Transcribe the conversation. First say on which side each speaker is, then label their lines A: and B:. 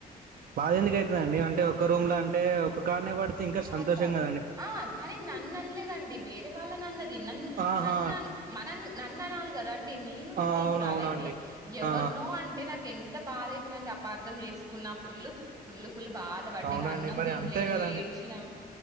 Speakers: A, on the right; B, on the right.
A: బాధ ఎందుకు అయితదండి అంటే ఒక్క రూమ్ ల అంటే అంటే ఒక కాడనే పడితే ఇంకా
B: కాదు
A: సంతోషం
B: కాదు
A: కదండి
B: ఆ కానీ నన్ను అనలేదండి వేరే వాళ్ళని అన్నది నన్ను
A: ఆహా
B: నన్నునా మన నన్ను నన్ను అనాలి గదండి నేను
A: ఆ
B: స్నేహితురాలు
A: అవునవునండి
B: అయితే ఎవరినో
A: ఆ
B: అంటే నాకు ఎంత బాధ అయితదండి అపార్థం చేసుకున్నా ఫుల్ ఫుల్లు ఫుల్ బాధ పడ్డ
A: అవునండి
B: అన్నం
A: మరి
B: తినలే
A: అంతే
B: నువ్వు
A: కదండి
B: ఏడ్చినా